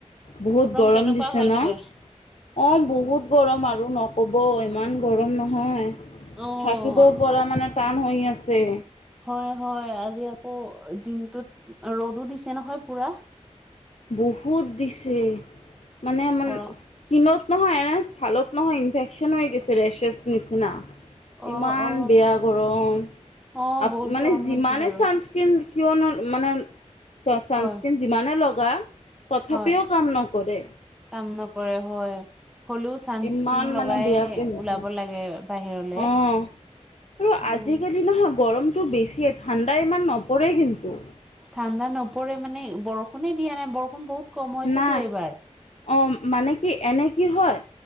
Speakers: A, on the left; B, in the centre.
A: বহুত গৰম
B: কেনেকুৱা
A: দিছে
B: হৈছে
A: না অ' বহুত গৰম আৰু ন ন'কব, ইমান গৰম নহয়
B: অ
A: থাকিব পৰা মানে টান হৈ আছে।
B: হয়, হয়। আজি আকৌ দিনটোত ৰ'দো দিছে নহয় পুৰা।
A: বহুত দিছে মানে মান
B: গৰ
A: কিনত নহয়। এনে ছালত নহয় ইনফেকশ্যন হৈ গৈছে ৰেচেছ নিচিনা।
B: অ
A: ইমান
B: অ
A: বেয়া গৰম
B: অ
A: আহ
B: বহুত
A: মানে
B: গৰম
A: যিমানে
B: হৈছে বাৰু
A: চানস্ক্ৰীণ কিয়নো মানে ছানস্ক্ৰীন
B: হয়
A: যিমানে লগা তথাপিও
B: হয়
A: কাম নকৰে।
B: কাম নকৰে হয় হলেও ছানস্ক্ৰীন
A: ইমান
B: লগাই
A: মানে বেয়াকে হৈছে
B: ওলাব লাগে বাহিৰলে
A: অ আৰু
B: উম
A: আজিকালি নহয় গৰম বেছিয়ে ঠাণ্ডা ইমান নপৰে কিন্তু
B: ঠাণ্ডা নপৰে মানে বৰষুণে দিয়া নাই বৰষুণ বহুত কম হৈছেতো
A: নাই
B: এইবাৰ
A: অ মানে কি এনে কি হয়